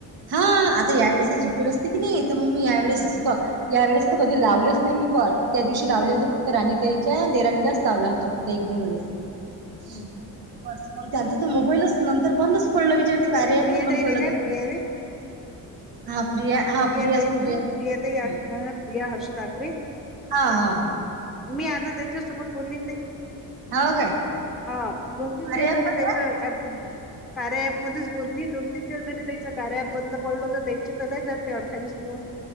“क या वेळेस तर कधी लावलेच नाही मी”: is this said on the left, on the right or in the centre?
Right